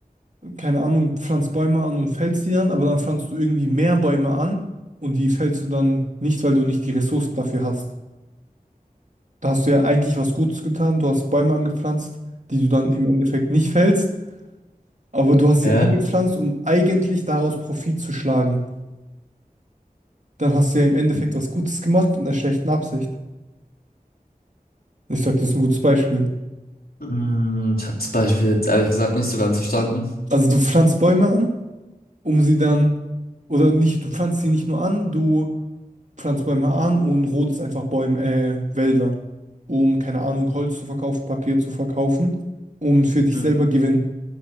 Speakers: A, on the right; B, on the left.
A: Keine Ahnung, pflanzt Bäume an und fällst die dann, aber dann pflanzt du irgendwie mehr Bäume an und die fällst du dann nicht, weil du nicht die Ressourcen dafür hast. Da hast du ja eigentlich was Gutes getan. Du hast Bäume angepflanzt, die du dann im Endeffekt nicht fällst, aber du hast sie
B: Ja.
A: angepflanzt, um eigentlich daraus Profit zu schlagen. dann hast du ja im Endeffekt
B: Mhm.
A: was Gutes gemacht mit einer schlechten Absicht. Ich sag, das ist ein gutes Beispiel.
B: Mm, Ich habe das Beispiel jetzt ehrlich gesagt nicht so ganz verstanden.
A: Also du pflanzt Bäume an, um sie dann, oder nicht, du pflanzt sie nicht nur an, du pflanzt Bäume an und rodest einfach Bäume, äh, Wälder, um, keine Ahnung, Holz zu verkaufen, Papier zu verkaufen, um für
B: Mhm.
A: dich selber Gewinn